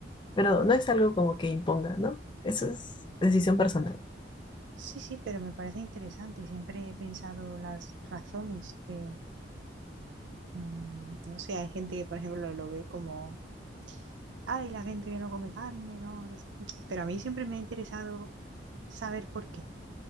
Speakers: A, on the left; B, on the right.
A: Pero
B: Ah,
A: no es algo como que imponga, ¿no? Eso es decisión personal.
B: sí, sí, pero me parece interesante. Siempre he pensado las razones de, mm, no sé, hay gente que, por ejemplo, lo ve como, ay, la gente que no come carne, no, no sé". Pero a mí siempre me ha interesado saber por qué,